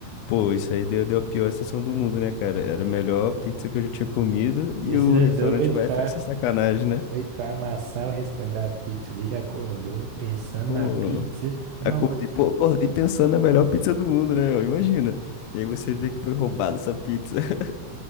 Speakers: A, on the left; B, on the right.
A: pô, isso aí deu, deu a pior sensação do mundo, né, cara? Era a melhor pizza que eu já tinha comido e
B: Descida
A: o restaurante
B: é doido
A: vai
B: pra,
A: e faz essa sacanagem, né?
B: doido pra amassar o restante da pizza ali, já acordou pensando
A: Pô,
B: na pizza. Não,
A: acordei,
B: vou...
A: pô,
B: co-
A: acordei pensando na melhor pizza do mundo, né? Ó, Imagina. E aí você vê que foi roubada essa pizza. <laughs>